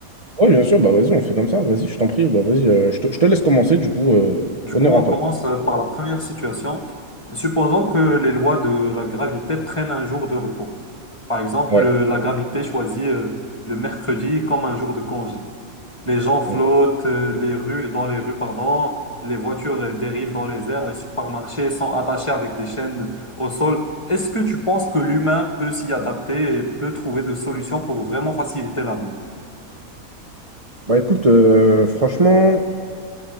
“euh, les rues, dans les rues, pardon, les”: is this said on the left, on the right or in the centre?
Left